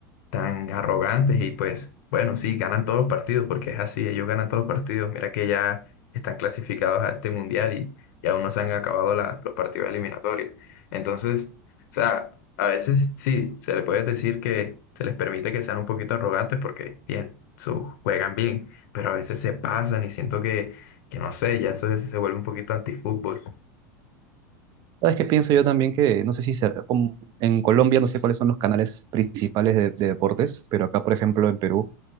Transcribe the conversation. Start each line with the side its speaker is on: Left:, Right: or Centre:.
Left: tan arrogantes y pues bueno, sí, ganan todos los partidos porque es así, ellos ganan todos los partidos. Mira que ya están clasificados a este mundial y, y aún no se han acabado la- los partidos eliminatorios. Entonces, o sea, a veces sí, se le puede decir que se les permite que sean un poquito arrogantes porque bien, su- juegan bien, pero a veces se pasan y siento que, que no sé, ya eso es- se vuelve un poquito antifútbol.
Right: ¿Sabes qué pienso yo también? Que no sé si se- como en Colombia no sé cuáles son los canales principales de, de deportes, pero acá, por ejemplo, en Perú,